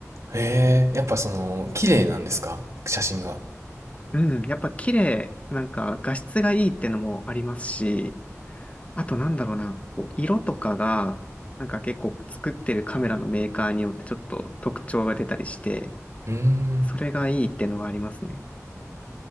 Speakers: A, on the right (about 65°); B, on the left (about 25°).
A: ええやっぱその、綺麗なんですか写真が。
B: うん、やっぱ綺麗、なんか画質がいいってのもありますし、あとなんだろうな、こう色とかが、なんか結構作ってるカメラのメーカーによってちょっと特徴が出たりして、
A: うん。
B: それがいいってのがありますね。